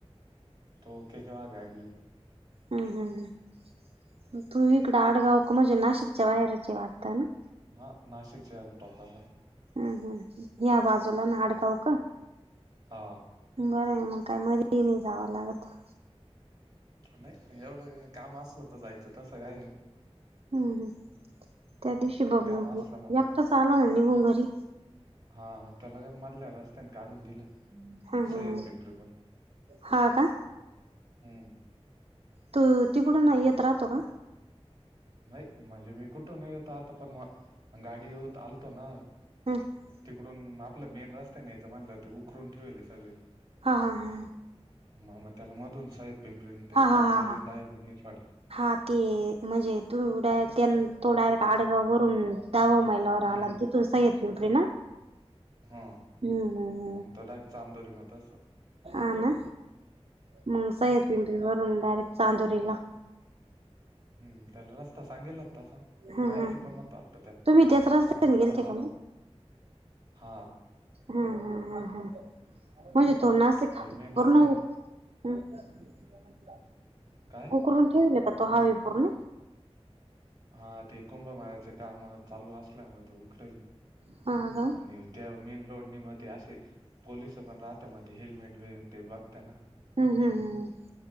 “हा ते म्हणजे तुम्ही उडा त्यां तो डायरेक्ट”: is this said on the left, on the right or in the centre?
Right